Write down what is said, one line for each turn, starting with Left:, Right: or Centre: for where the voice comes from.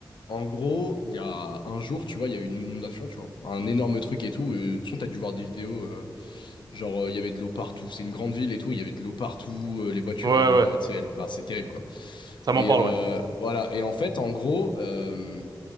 Left: en gros, il y a un jour, tu vois, il y a eu une inondation, tu vois, un énorme truc et tout. euh, De toute façon, t'as dû voir des vidéos, euh, genre euh, il y avait de l'eau partout. C'est une grande ville et tout, il y avait de l'eau partout. euh, les voitures,
Right: Ouais,
Left: elles, euh,
Right: ouais,
Left: tu sais, elles, bah, c'est terrible quoi.
Right: ça
Left: Et
Right: m'en parle,
Left: euh,
Right: ouais.
Left: voilà. Et en fait, en gros, euh,